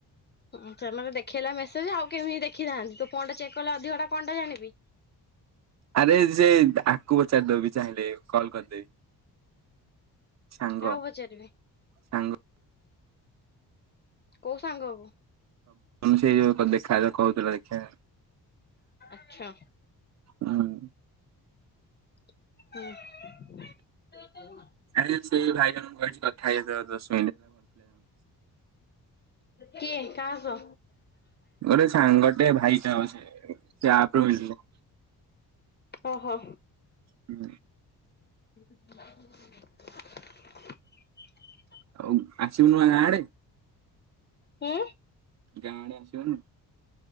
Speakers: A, on the left; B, on the right.
A: ହ ସେ ମତେ ଦେଖେଇଲା ମେସେଜ ଆଉ କେମିତି ଦେଖିଥାନ୍ତି ତୁ କଣ ଟା ଚେକ୍ କଲେ ଅଧିକାଟା କଣ ଟା ଜାଣିବି। <inaudible>
B: ଆରେ ସେ ଆକୁ ପଚାରି ଦବି ଚାହିଁଲେ କଲ କରିଦେବି। ସାଙ୍ଗ
A: କାହାକୁ ପଚାରିବି
B: ସାଙ୍ଗ।
A: କୋଉ ସାଙ୍ଗ ହବୁ।
B: ସେଇୟା ଦେଖା ହେଲେ କହୁଥିଲା ଦେଖିବା।
A: ଆଛା।
B: ହୁଁ
A: ହଁ।
B: ଆଉ ଜଣେ ସେ ଭାଇ ଜଣଙ୍କୁ କହିଛି କଥା ହେଇଯିବ ତୋ ସ
A: କିଏ କାହାକ?
B: ଗୋଟେ ସାଙ୍ଗଟେ ଭାଇଟା ଅଛି <unintelligible>
A: ଓହୋ।
B: ହୁ।
A: <inaudible>
B: ଆଉ ଆସିବୁନୁ ଗାଁ ଆଡେ
A: ହଁ।
B: ଗାଁ ଆଡେ ଆସିବନି?